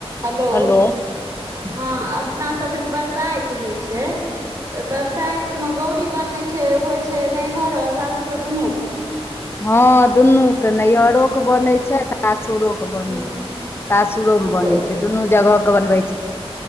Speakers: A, on the right; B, on the left.
A: हलो
B: hello
A: हँ अपना सबके जे बरसाइत होइ छै, ओय बरसाइतम गौरी बनै छै, होइ छै नैहर सासुर दुनूक?
B: हँ, दुनू के नैहरोक के बनै छै सासुरोके। <unintelligible>
A: हँ
B: सासुरो मे बनै
A: तऽ
B: छै दुनू जगह के बनबै छै।